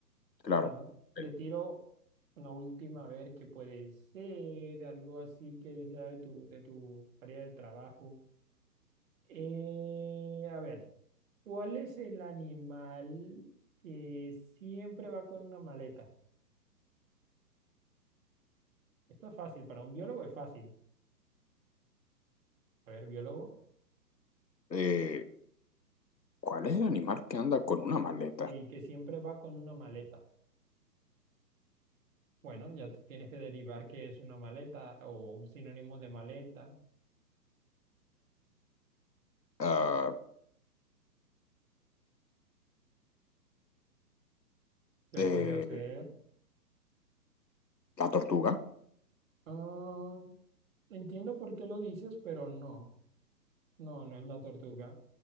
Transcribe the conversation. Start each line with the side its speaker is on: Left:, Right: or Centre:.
Left: Claro.
Right: Bueno,
Left: El-
Right: te tiro una última a ver qué puede ser, algo así que sea de tu, de tu área de trabajo. Eh, a ver, ¿cuál es el animal que siempre va con una maleta? Esto es fácil, para un biólogo es fácil. A ver, biólogo,
Left: eh, ¿cuál es el animal que anda con una maleta?
Right: y que siempre va con una maleta. Bueno, ya tú tienes que derivar qué es una maleta o un sinónimo de maleta.
Left: Ah,
Right: ¿Qué
Left: eh,
Right: podría ser?
Left: la tortuga.
Right: Ah, entiendo por qué lo dices, pero no, no, no es la tortuga.